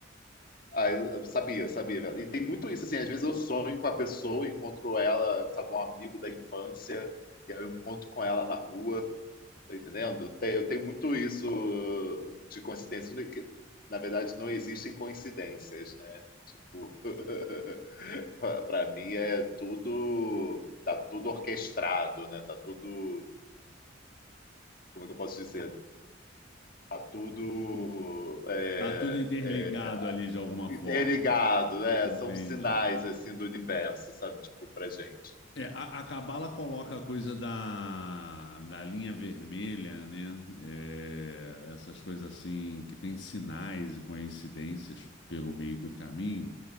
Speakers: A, on the left; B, on the left.
A: Aí eu eu sabia, sabia, velho. E tem muito isso, assim, às vezes eu sonho com a pessoa, encontro ela, sabe, um amigo da infância, e aí eu encontro com ela na rua. Tá entendendo? Tem- Eu tenho muito isso de coincidência, que, na verdade não existem coincidências, né? Tipo, <laughs> para mim é tudo, tá tudo orquestrado, né? Tá tudo, como é que eu posso dizer? Tá tudo é,
B: tá tudo interligado
A: é,
B: ali de alguma
A: interligado,
B: forma.
A: né?
B: Entendi.
A: São sinais assim do universo, sabe? Tipo, pra gente.
B: É, a, a Cabala coloca a coisa da, da linha vermelha, né? É, essas coisas assim que tem sinais e coincidências pelo meio do caminho.